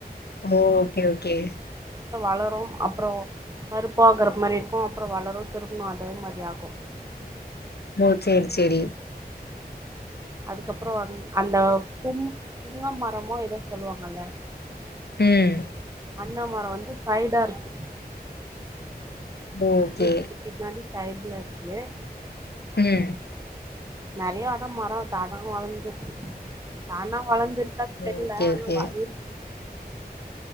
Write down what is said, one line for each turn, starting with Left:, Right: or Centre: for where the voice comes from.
Left: ஓ ஓகே ஓகே
Right: வளரும் அப்புறம் பருப்பாகற மாதிரி இருக்கும் அப்புறம் வளரும் திரும்ப ஆதே மாதிரி ஆகும்
Left: ஓ சேர் செரி
Right: அதுக்கப்புறம் அந் அந்த பூம் புங்க மரமோ ஏதோ சொல்லுவாங்கல
Left: ம்
Right: அண்ணாமரம் வந்து சைடா இருக்கு
Left: ஓகே
Right: வீட்டுக்கு பின்னாடி சைட்ல இருக்கு
Left: உம்
Right: நறைய அதான் மரம் தான <unintelligible> தானா வளர்ந்துருக்கா தெரியல்ல
Left: ஓகே
Right: ஆனா
Left: ஓகே
Right: வயக்கு